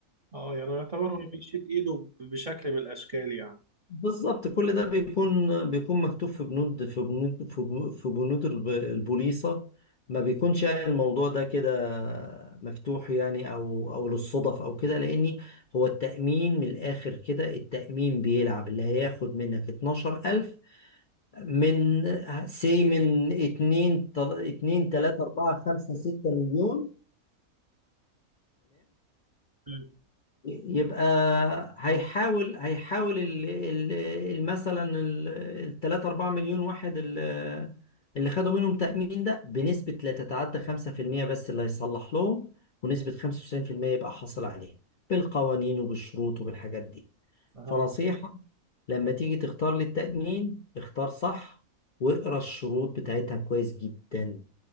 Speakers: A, on the right; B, on the left.
A: اه يعني يعتبر هو بيشيل ايده ب- بشكل من الاشكال يعني
B: بالظبط كل ده بيكون بيكون مكتوب في بنود في بنود في بنود, في بنود الب- البوليصة ما بيكونش يعني الموضوع ده كده مفتوح يعني او او للصدف او كده لاني هو التأمين من الاخر كده التأمين بيلعب اللي هياخد منك 12000 من سي من 2 2 3 4 5 6 مليون
A: مم.
B: يبقى هيحاول هيحاول ال- ال- ال- مثلا الثلاثة أربعة مليون واحد ال- اللي خدوا منهم تأمين ده بنسبة لا تتعدى خمسة في المية بس اللي هيصلح لهم ونسبة خمسة وتسعين في المية يبقى حاصل عليه بالقوانين وبالشروط وبالحاجات دي
A: فهمت
B: فنصيحة لما تيجي تختار للتأمين اختار صح واقرا الشروط بتاعتها كويس جدا